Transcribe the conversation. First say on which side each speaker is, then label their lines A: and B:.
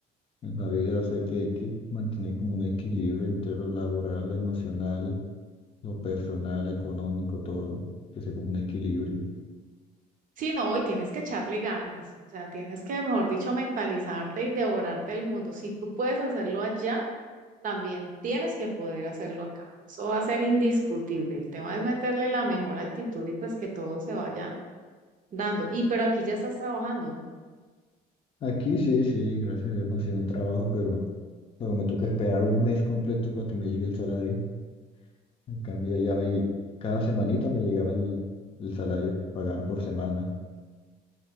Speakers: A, on the left; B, on the right.
A: en la vida sé que hay que mantener como un equilibrio entre lo laboral, lo emocional, lo personal, económico, todo, que sea como un equilibrio.
B: Sí, no, y tienes que echarle ganas, o sea, tienes que, mejor dicho, mentalizarte y devorarte el mundo. Si tú puedes hacerlo allá, también tienes que poder hacerlo acá. Eso va a ser indiscutible. El tema es meterle la mejor actitud y pues que todo se vaya dando. Y pero aquí ya estás trabajando.
A: Aquí sí, sí, gracias a Dios consigo un trabajo, pero, pero me toca esperar un mes completo para que me llegue el salario. En cambio, ya me, llegue- cada semanita me llegaba el, el salario, pagaban por semana.